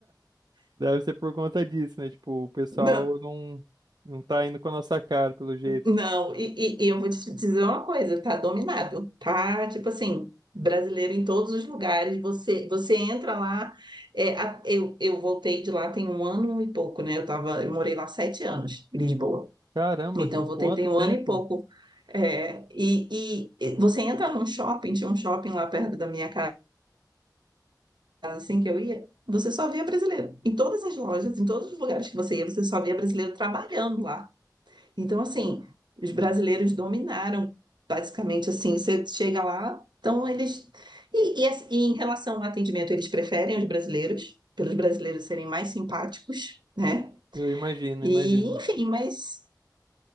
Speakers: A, on the right; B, on the right.
A: Deve ser por conta disso, né? Tipo, o pessoal
B: Não,
A: não, não tá indo com a nossa cara, pelo jeito.
B: não. E, e- e eu vou te dizer uma coisa, tá dominado, tá? Tipo assim, brasileiro em todos os lugares. Você, você entra lá. é, a- eu, eu voltei de lá tem um ano e pouco, né? Eu tava, eu morei lá sete anos, em Lisboa.
A: Caramba,
B: Então eu voltei
A: quanto
B: tem
A: tempo?
B: um ano e pouco. É, e, e e você entra num shopping, tinha um shopping lá perto da minha casa. assim que eu ia, você só via brasileiro. Em todas as lojas, em todos os lugares que você ia, você só via brasileiro trabalhando lá. Então, assim, os brasileiros dominaram, basicamente, assim, você chega lá, então eles... E, e as- e em relação ao atendimento, eles preferem os brasileiros, pelos brasileiros serem mais simpáticos, né?
A: Eu imagino,
B: E,
A: imagino.
B: enfim, mas...